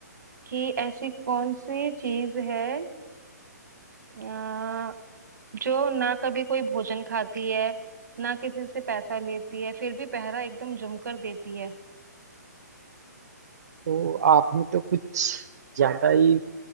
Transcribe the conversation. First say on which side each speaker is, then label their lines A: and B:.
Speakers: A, on the right; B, on the right.
A: कि ऐसी कौन सी चीज है अ, जो ना कभी कोई भोजन खाती है ना किसी से पैसा लेती है फिर भी पहरा एकदम जमकर देती है
B: तो आपने तो कुछ ज्यादा ही